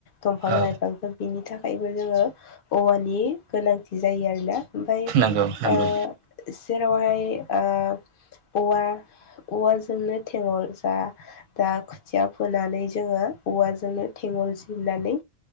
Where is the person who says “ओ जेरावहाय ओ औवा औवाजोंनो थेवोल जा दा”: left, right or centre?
Left